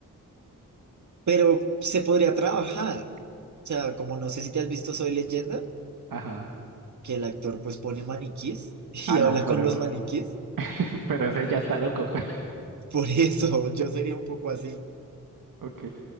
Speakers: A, on the right; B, on the right.
A: Pero se podría trabajar. O sea, como no sé si te has visto Soy Leyenda,
B: Ajá.
A: que el actor pues pone maniquís y
B: Ah,
A: <laughs> habla
B: no, pero,
A: con los maniquís.
B: <laughs> pero ese ya está loco. <laughs>
A: Por eso yo sería un poco así.
B: Ok.